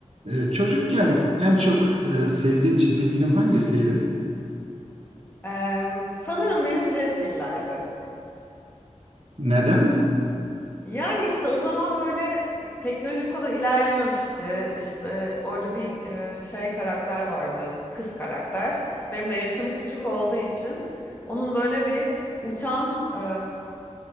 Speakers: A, on the right; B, on the left.
A: Ee, çocukken en çok e, sevdiğin çizgili film hangisiydi?
B: Eee, sanırım benim Jetgiller'di.
A: Neden?
B: Yani işte o zaman böyle e, teknoloji bu kadar ilerlememişti. İşte orada bir e, şey karakter vardı. Kız karakter. Benim de yaşım küçük olduğu için onun böyle bir uçan e,